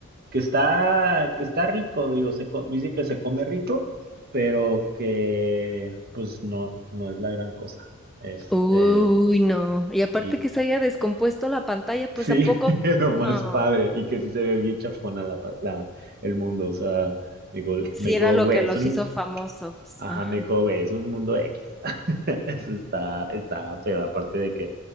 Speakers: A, on the right (about 45°); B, in the centre.
A: que está, que está rico, digo, se co- dice que se come rico, pero que pues no, no es la gran cosa. Este,
B: Uy, no. Y aparte
A: y
B: que se haya descompuesto la pantalla, pues
A: sí,
B: a poco,
A: <laughs> lo
B: no,
A: más padre, y que sí se ve bien chafona la, pa- la- el mundo, o sea, digo,
B: si
A: me dijo,
B: era lo
A: güey,
B: que los
A: es un
B: hizo famosos.
A: Ajá,
B: Ajá.
A: me dijo, güey, es un mundo X. <laughs> Eso está, está feo, aparte de que